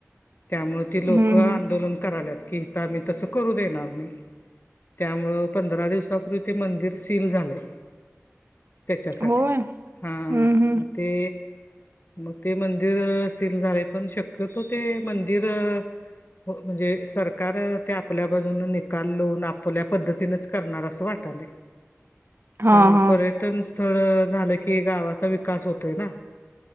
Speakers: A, on the left; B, on the right.
A: त्यामुळे ती लोक
B: हं,
A: आंदोलन
B: हं.
A: कराल्यात की इथ आमी तसं करू देणार नाही. त्यामुळं पंधरा दिवसापूर्वी ते मंदिर सील झालय. त्याच्यासाठी
B: होय?
A: हा
B: हं, हं.
A: म ते मग ते मंदिर सील झालेय पण शक्यतो ते मंदिर म्हणजे सरकार ते आपल्या बाजून निकाल <unintelligible> आपोल्या पद्धतीनच करणार असं वाटायला.
B: हां,
A: कारण
B: हां.
A: पर्यटन स्थळ झालं की गावाचा विकास होतोय ना,